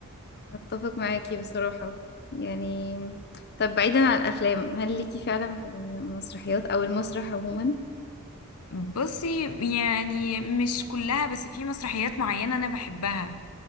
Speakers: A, on the left; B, on the left.
A: اتفق معاكي بصراحة يعني طب بعيدا عن الافلام هل ليكي فعلا في المسرحيات او المسرح عموما
B: بصي يعني مش كلها بس في مسرحيات معينة انا بحبها